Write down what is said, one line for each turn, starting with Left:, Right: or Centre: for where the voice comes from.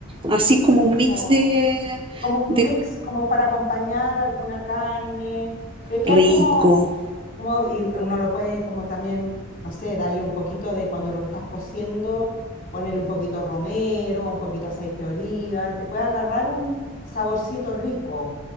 Right: así como un mix
Left: o
Right: de,
Left: como un
Right: de
Left: mix, como para acompañar alguna carne, de quedar
Right: rico.
Left: como como, y uno lo puede como también, no sé, darle un poquito de cuando lo estás cociendo, ponerle un poquito romero, un poquito aceite de oliva, te puede agarrar un saborcito rico,